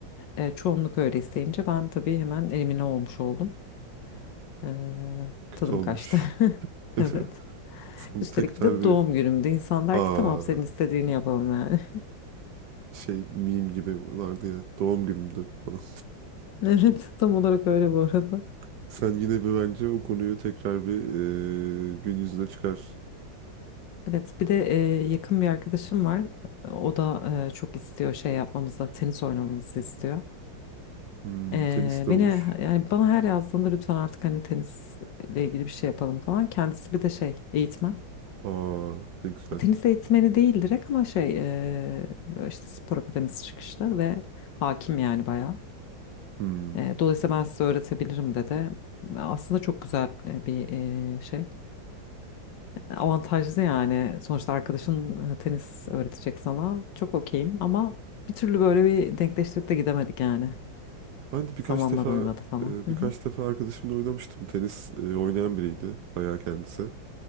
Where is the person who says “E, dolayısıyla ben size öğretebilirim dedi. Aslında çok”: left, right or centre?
Left